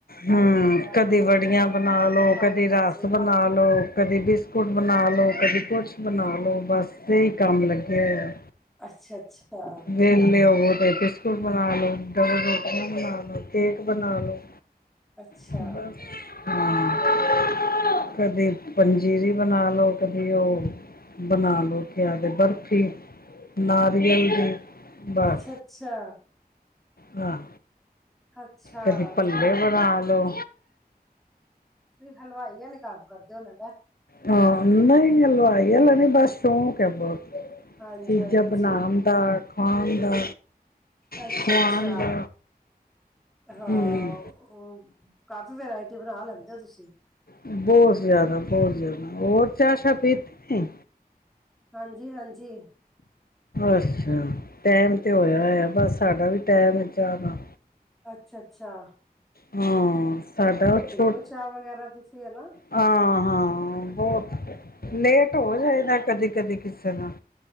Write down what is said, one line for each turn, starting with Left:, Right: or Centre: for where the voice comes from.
Left: ਹੂੰ
Centre: ਬਾਹਰ
Left: ਕਦੀ
Centre: ਆਣਾ
Left: ਵੜੀਆਂ
Centre: ਜਾਣਾ
Left: ਬਣਾ ਲੋ,
Centre: ਬੜਾ
Left: ਕਦੀ
Centre: ਔਖਾ
Left: ਰਸ
Centre: ਹੈ ਜੀ
Left: ਬਣਾ ਲੋ, ਕਦੀ ਬਿਸ ਕੁਟ ਬਣਾ ਲੋ, ਕਦੀ ਕੁਛ ਬਣਾ ਲੋ, ਬਸ ਇਹੀ ਕੰਮ ਲੱਗੇ ਹੋਏ ਆਂ।
Centre: ਅੱਛਾ-ਅੱਛਾ।
Left: ਵਿਹਲੇ ਹੋਵੋ ਤੇ ਬਿਸਕੁਟ ਬਣਾ ਲੋ, ਡਬਲ ਰੋਟੀਆਂ ਬਣਾ ਲੋ, ਕੇਕ ਬਣਾ ਲੋ।
Centre: ਅੱਛਾ,
Left: ਬਸ, ਹੂੰ। ਕਦੀ ਪੰਜੀਰੀ ਬਣਾ ਲੋ, ਕਦੀ ਉਹ ਬਣਾ ਲੋ ਕਿਆ ਵੇ ਬਰਫ਼ੀ। ਨਾਰੀਅਲ ਦੀ, ਬਸ
Centre: ਅੱਛਾ-ਅੱਛਾ,
Left: ਹਾਂ।
Centre: ਅੱਛਾ ਅੱਛਾ
Left: ਕਦੀ ਭੱਲੇ
Centre: ਹਲ
Left: ਬਣਾ ਲੋ।
Centre: ਤੁਸੀਂ ਹਲਵਾਈ ਵਾਲੇ ਕੰਮ ਕਰਦੇ ਓ ਲਗਦਾ
Left: ਹਾਂ, ਨਹੀਂ ਹਲਵਾਈ ਆਲਾ ਨਹੀਂ, ਬਸ ਸ਼ੌਕ ਆ ਬਹੁਤ।
Centre: ਹਾਂਜੀ-ਹਾਂਜੀ,
Left: ਚੀਜ਼ਾਂ ਬਣਾਣ ਦਾ, ਖਾਣ ਦਾ।
Centre: ਅੱਛਾ-
Left: ਖਵਾਉਣ
Centre: ਅੱਛਾ,
Left: ਦਾ
Centre: ਹਾਂ
Left: ਹਮ
Centre: ਉਹ ਉਹ ਕਾਫੀ ਵਰਾਇਟੀ ਬਣਾ ਲੈਂਦੇ ਹੋ ਤੁਸੀਂ।
Left: ਬਹੁਤ ਜ਼ਿਆਦਾ- ਬਹੁਤ ਜ਼ਿਆਦਾ, ਹੋਰ ਚਾਹ ਸ਼ਾਹ ਪੀਤੀ ਨਹੀਂ।
Centre: ਹਾਂਜੀ- ਹਾਂਜੀ।
Left: ਅੱਛਾ ਟਾਈਮ ਤੇ ਹੋਇਆ ਐ, ਬਸ ਸਾਡਾ ਵੀ ਟੈਮ ਐ ਚਾਹ ਦਾ।
Centre: ਅੱਛਾ- ਅੱਛਾ।
Left: ਹੂੰ, ਸਾਡਾ ਉਹ ਛੋ
Centre: ਹੋ ਚਾਹ ਵਗੈਰਾ ਤੁਸੀਂ ਹਨਾ
Left: ਹਾਂ -ਹਾਂ ਬਹੁਤ ਲੇਟ ਹੋ ਜਾਏ ਨਾ, ਕਦੀ -ਕਦੀ ਕਿਸੇ ਨਾਲ